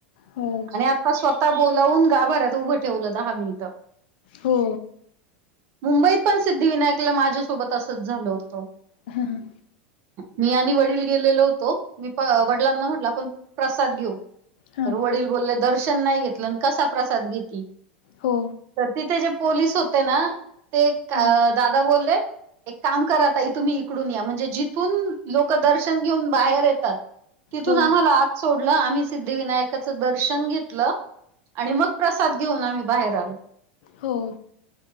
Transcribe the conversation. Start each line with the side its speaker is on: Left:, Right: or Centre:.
Left: हो
Right: आणि आता स्वतः बोलावून गाभऱ्याात उभं ठेवलं दहा मिनिटं.
Left: हो.
Right: मुंबईत पण सिद्धिविनायकला माझ्यासोबत असंच झालं होतं.
Left: हा हां.
Right: मी आणि वडील गेलेलो होतो मी वडिलांना म्हटलं पण प्रसाद घेऊ तर
Left: हा
Right: वडील बोलले दर्शन नाही घेतलं आणि कसा प्रसाद घेती.
Left: हो.
Right: तर तिथे जे पोलीस होते ना ते
Left: हो
Right: दादा बोलले. एक काम करा ताई तुम्ही इकडून या म्हणजे जिथून लोक दर्शन घेऊन बाहेर येतात. तिथून
Left: हो
Right: आम्हाला आत सोडलं आम्ही सिद्धिविनायकाचं दर्शन घेतलं. आणि मग प्रसाद घेऊन आम्ही बाहेर आलो.
Left: हो.